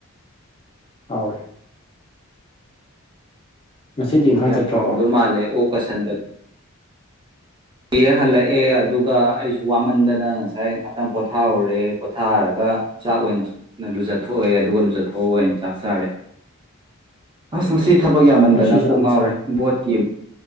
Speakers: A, on the left; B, on the right.
A: ꯍꯥꯎꯔꯦ ꯉꯁꯤꯗꯤ ꯏꯝꯐꯥꯜ
B: ꯑꯣ ꯌꯥꯝ
A: ꯆꯠꯇ꯭ꯔꯕꯣ
B: ꯍꯥꯎꯔꯝꯗꯧ ꯃꯥꯜꯂꯦ ꯑꯣ ꯀ ꯁꯟꯒ ꯄ ꯍꯜꯂꯛꯑꯦ ꯑꯗꯨꯒ ꯑꯩꯁꯨ ꯋꯥꯃꯟꯗꯅ ꯉꯁꯥꯏ ꯉꯥꯛꯇꯪ ꯄꯣꯊꯥꯍꯧꯔꯦ ꯄꯣꯊꯥꯔꯒ ꯆꯥꯛ ꯑꯣꯏꯅ ꯂꯨꯖꯊꯣꯛꯑꯦ ꯑꯗꯨꯒ ꯂꯨꯖꯊꯣꯛꯑꯒ ꯑꯣꯏꯅ ꯆꯥꯛ ꯆꯥꯔꯦ ꯑꯁ ꯉꯁꯤ ꯊꯕꯛ ꯌꯥꯝꯃꯟꯗꯅ
A: ꯉꯁꯤꯁꯦ
B: ꯀꯣꯛ
A: ꯌꯥꯝ
B: ꯉꯥꯎꯔꯦ
A: ꯆꯥꯔꯦ
B: ꯕꯣꯠꯀꯤ